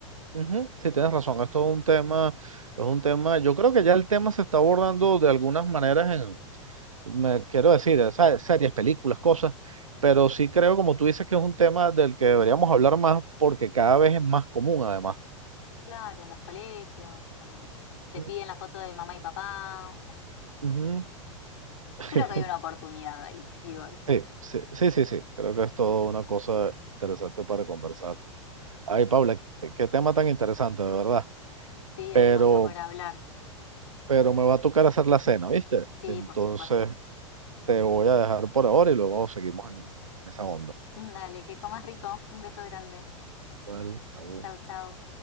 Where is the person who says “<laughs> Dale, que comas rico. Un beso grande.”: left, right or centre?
Left